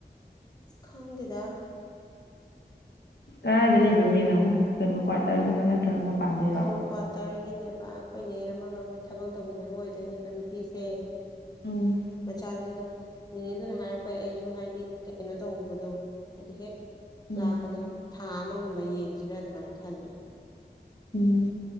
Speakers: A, on the left; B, on the left.
A: ꯑ ꯈꯪꯗꯦꯗ
B: ꯀꯗꯥꯥꯏꯗ ꯂꯩꯕ ꯃꯤꯅꯣ ꯀꯩꯅꯣ ꯀ꯭ꯋꯥꯇꯔꯒꯤꯔꯣ ꯅꯠꯇ꯭ꯔꯒ ꯃꯄꯥꯟꯗꯩꯔꯣ
A: ꯑꯧ ꯀ꯭ꯋꯥꯇꯔꯒꯤꯅꯦꯕ ꯑꯩꯈꯣꯏ ꯅꯦ ꯑꯃꯒ ꯃꯣꯏ ꯊꯕꯛ ꯇꯧꯃꯤꯟꯅꯕ ꯑꯣꯏꯗꯣꯏꯅꯦꯕ ꯅꯨꯄꯤꯁꯦ
B: ꯎꯝ
A: ꯃꯆꯥꯁꯦ ꯑꯗꯣ ꯅꯦꯅꯦ ꯗꯨꯅ ꯍꯥꯏꯔꯛꯄꯩ ꯑꯩꯁꯨ ꯍꯥꯏꯗꯤ ꯀꯩꯅꯣ ꯇꯧꯕꯗꯣ ꯍꯥꯏꯗꯤ ꯍꯦꯛ
B: ꯎꯝ
A: ꯂꯥꯛꯀꯅꯣ ꯊꯥ ꯑꯃꯒꯨꯝꯕ ꯌꯦꯡꯁꯤꯔꯥ ꯑꯗꯨꯃꯥꯏꯅ ꯈꯟꯕꯥ
B: ꯎꯝ